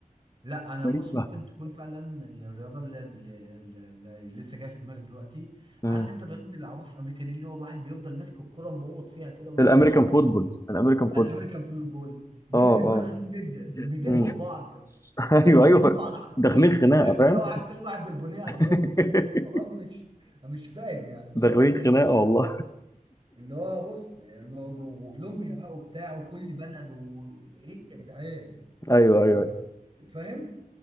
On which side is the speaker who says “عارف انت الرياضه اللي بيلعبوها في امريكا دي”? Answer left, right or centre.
Right